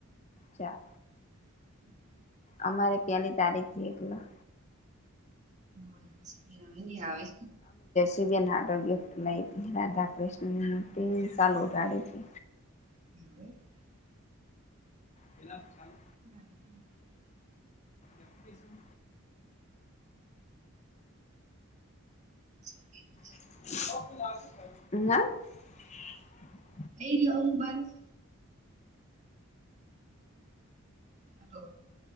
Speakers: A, on the left (about 30°); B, on the right (about 30°).
A: ચા
B: <inaudible>
A: અમારે પેલી તારીખથી એકલા
B: <unintelligible> હવે નહીં આવે
A: દિવ્ય નાટગ્ય મૈત્રી રાધાકૃષ્ણની મુર્તિ <unintelligible> છે
B: <inaudible>
A: પેલા <unintelligible>
B: <unintelligible>
A: એપ્લિકેશન
B: <unintelligible>
A: <unintelligible>
B: એ <unintelligible> હેલો!